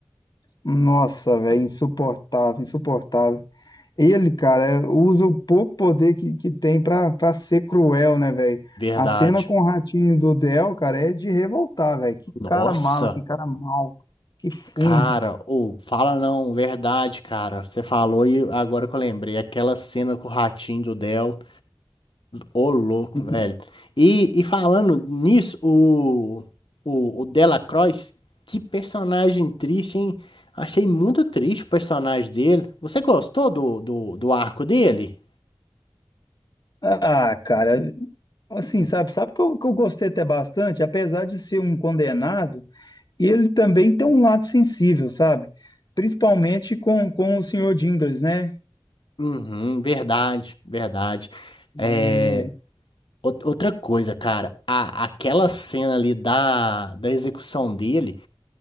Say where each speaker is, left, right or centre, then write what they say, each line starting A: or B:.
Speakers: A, on the left; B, on the left.
A: Nossa, velho, insuportável, insuportável. Ele, cara, é- usa o pouco poder que, que tem pra, pra ser cruel, né, velho?
B: Verdade.
A: A cena com o ratinho do Del, cara, é de revoltar, velho. Que
B: Nossa,
A: cara mala, que cara mal, que fumo.
B: cara, ou fala não, verdade, cara. Você falou e agora que eu lembrei, aquela cena com o ratinho do Del. Ô, louco,
A: <laughs>
B: velho. E, e falando nisso, o, o, o Delacroix, que personagem triste, hein? Achei muito triste o personagem dele. Você gostou do, do, do arco dele?
A: Ah, cara, assim, sabe, sabe que eu, que eu gostei até bastante, apesar de ser um condenado. E ele também tem um lado sensível, sabe? Principalmente com, com o senhor Jingles, né?
B: Uhum, verdade, verdade.
A: É,
B: É, ou- outra coisa, cara, a, aquela cena ali da, da execução dele.